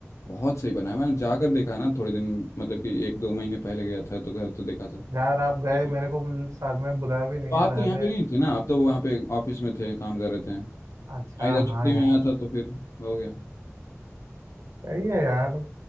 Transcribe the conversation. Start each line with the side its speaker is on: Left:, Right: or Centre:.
Left: बहुत सही बना है मैंने जाकर देखा ना थोड़े दिन मतलब कि एक दो महीने पहले गया था तो घर तो देखा था
Right: यार यार आप
Left: ठीक
Right: गए
Left: है।
Right: मेरे को मिल- साथ में बुलाया भी नहीं
Left: तो
Right: यार
Left: आप तो यहाँ
Right: हद है
Left: पे नहीं थे ना आप तो वहाँ पे ऑफिस में थे काम कर रहे थे मैं
Right: अच्छा
Left: इधर
Right: हाँ
Left: छुट्टी
Right: यार
Left: में आया था तो फिर हो गया
Right: सही है यार